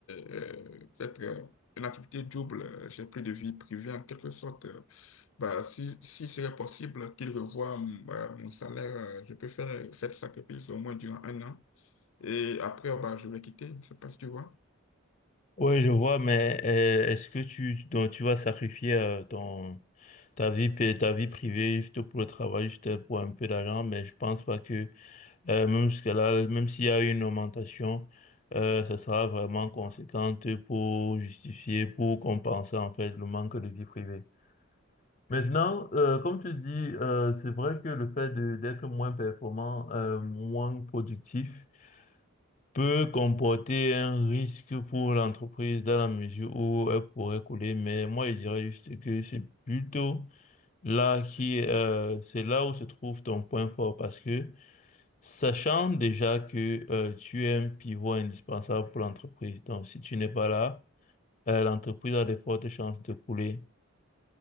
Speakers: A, on the left (about 80°); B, on the left (about 35°).
A: euh, peut-être euh, une activité double, euh, j'ai plus de vie privée en quelque sorte, euh, bah, si, si serait possible qu'il revoie mm, bah, mon salaire, euh, je peux faire cette sacrifice au moins durant un an. Et après, bah, je vais quitter, je ne sais pas si tu vois.
B: Oui, je vois, mais euh, est-ce que tu, donc, tu vas sacrifier euh, ton, ta vie, pe- ta vie privée juste pour le travail, juste pour un peu d'argent, mais je pense pas que Euh, même jusqu'à là, même s'il y a eu une augmentation, euh, ça sera vraiment conséquente pour justifier, pour compenser en fait le manque de vie privée. Maintenant, euh, comme tu dis, euh, c'est vrai que le fait de- d'être moins performant, euh, moins productif, peut comporter un risque pour l'entreprise dans la mesure où elle pourrait couler. Mais moi, je dirais juste que c'est plutôt là qui, euh, c'est là où se trouve ton point fort parce que Sachant déjà que euh, tu es un pivot indispensable pour l'entreprise, donc si tu n'es pas là, euh, l'entreprise a de fortes chances de couler.